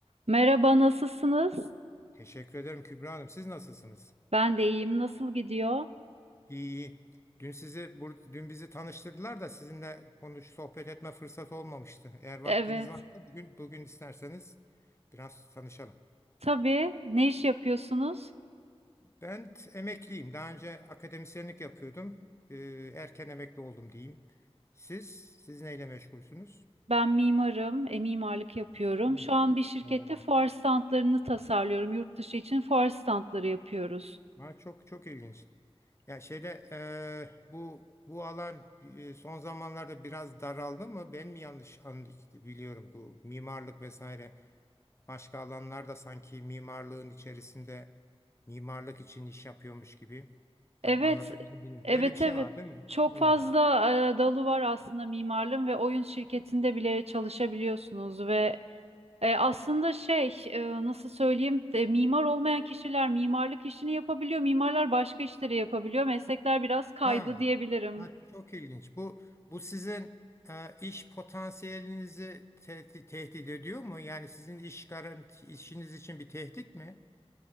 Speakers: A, on the right (about 75°); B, on the left (about 25°).
A: Merhaba, nasılsınız?
B: Teşekkür ederim Kübra Hanım. Siz nasılsınız?
A: Ben de iyiyim. Nasıl gidiyor?
B: İyi iyi. Dün sizi bur- dün bizi tanıştırdılar da sizinle konuş sohbet etme fırsatı olmamıştı. Eğer vaktiniz
A: Evet.
B: varsa bugün bugün isterseniz biraz tanışalım.
A: Tabii. Ne iş yapıyorsunuz?
B: Ben t- emekliyim. Daha önce akademisyenlik yapıyordum. Ee, erken emekli oldum diyeyim. Siz siz neyle meşgulsünüz?
A: Ben mimarım, e, mimarlık yapıyorum.
B: Hı.
A: Şu an bir şirkette
B: Yani
A: fuar standlarını tasarlıyorum. Yurt dışı için fuar standları yapıyoruz.
B: Ha, çok çok ilginç. Ya şeyde eee, bu bu alan eee, son zamanlarda biraz daraldı mı? Ben mi yanlış anladım biliyorum bu mimarlık vesaire başka alanlarda sanki mimarlığın içerisinde mimarlık için iş yapıyormuş gibi. Tam
A: Evet,
B: anlatabildim bilmiyorum.
A: evet,
B: Böyle bir şey
A: evet.
B: var değil mi?
A: Çok
B: Hmm.
A: fazla e, dalı var aslında mimarlığın ve oyun şirketinde bile çalışabiliyorsunuz ve E, aslında şey e, nasıl söyleyeyim de, mimar olmayan kişiler mimarlık işini yapabiliyor. Mimarlar başka işleri yapabiliyor. Meslekler biraz kaydı
B: Ha.
A: diyebilirim.
B: Ha, çok ilginç. Bu bu sizin e, iş potansiyelinizi tehdit, tehdit ediyor mu? Yani sizin iş garanti işiniz için bir tehdit mi?